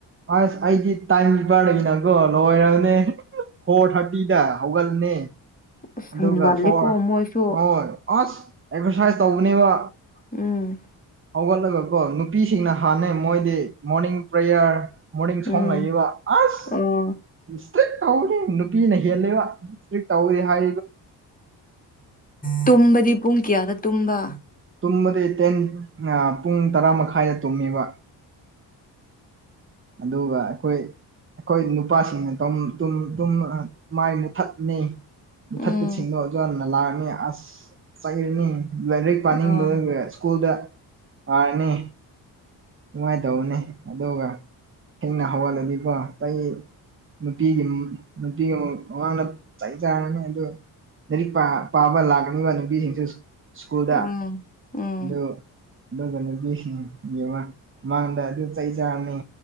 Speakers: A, on the right (about 30°); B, on the left (about 20°).
A: ꯑꯁ ꯑꯩꯗꯤ ꯇꯥꯏꯝ ꯀꯤꯞꯄꯔ ꯂꯩ ꯅꯪꯀꯣ ꯂꯣꯏꯔꯒꯅꯦ ꯐꯣꯔ ꯊꯥꯔꯇꯤꯗ ꯍꯧꯒꯠꯂꯅꯦ
B: ꯑꯁ
A: ꯑꯗꯨꯒ
B: ꯍꯦꯟꯃꯜꯂꯤꯀꯣ
A: ꯐꯣꯔ
B: ꯃꯣꯏꯁꯨ
A: ꯍꯣꯏ ꯑꯁ ꯑꯦꯛꯁꯔꯁꯥꯏꯁ ꯇꯧꯕꯅꯦꯕ
B: ꯎꯝ
A: ꯍꯧꯒꯠꯂꯒꯀꯣ ꯅꯨꯄꯤꯁꯤꯡꯅ ꯍꯥꯟꯅꯩ ꯃꯣꯏꯗꯤ ꯃꯣꯔꯅꯤꯡ ꯄ꯭ꯔꯦꯌꯥꯔ ꯃꯣꯔꯅꯤꯡ ꯁꯣꯡ
B: ꯎꯝ
A: ꯂꯩꯌꯦꯕ ꯑꯁ
B: ꯑꯣ
A: ꯁꯇ꯭ꯔꯤꯛ ꯇꯧꯔꯤ ꯅꯨꯄꯤꯅ ꯍꯦꯜꯂꯦꯕ ꯁꯇꯔꯤꯛ ꯇꯧꯑꯦ ꯍꯥꯏ
B: ꯇꯨꯝꯕꯗꯤ ꯄꯨꯡ ꯀꯌꯥꯗ ꯇꯨꯝꯕ
A: ꯇꯨꯝꯕꯗꯤ ꯇꯦꯟ ꯎꯝꯑ ꯄꯨꯡ ꯇꯔꯥ ꯃꯈꯥꯏꯗ ꯇꯨꯝꯃꯤꯕ ꯑꯗꯨꯒ ꯑꯩꯈꯣꯏ ꯑꯩꯈꯣꯏ ꯅꯨꯄꯥꯁꯤꯡꯅ ꯗꯨꯝ ꯇꯨꯝ ꯇꯨꯝ ꯑ ꯃꯥꯏ ꯃꯨꯊꯠꯅꯤ ꯃꯨꯊꯠꯄꯁꯤꯡꯗꯣ
B: ꯎꯝ
A: ꯑꯣꯖꯥꯅ ꯂꯥꯛꯑꯅꯤ ꯑꯁ ꯆꯩꯔꯅꯤ ꯂꯥꯏꯔꯤꯛ ꯄꯥꯅꯤꯡꯕ
B: ꯑꯥ
A: ꯁ꯭ꯀꯨꯜꯗ ꯄꯥꯔꯅꯤ ꯅꯨꯡꯉꯥꯏꯇꯧꯕꯅꯦ ꯑꯗꯨꯒ ꯊꯦꯡꯅ ꯍꯧꯒꯠꯂꯗꯤꯀꯣ ꯆꯍꯤ ꯅꯨꯄꯤꯒꯤ ꯅꯨꯄꯤꯒꯤ ꯑꯥꯡꯅ ꯆꯥꯛ ꯆꯥꯟꯅꯅꯤ ꯑꯗꯣ ꯂꯥꯏꯔꯤꯛ ꯄꯥꯕ ꯂꯥꯛꯀꯅꯤꯕ ꯅꯨꯄꯤꯁꯤꯡꯁ ꯁ꯭ꯀꯨꯜꯗ
B: ꯎꯝ ꯎꯝ
A: ꯗꯣ ꯑꯗꯨꯒ ꯅꯨꯄꯤꯁꯤꯡꯒꯤ ꯑꯃ ꯃꯥꯡꯗ ꯑꯗꯨ ꯆꯩ ꯆꯥꯔꯅꯤ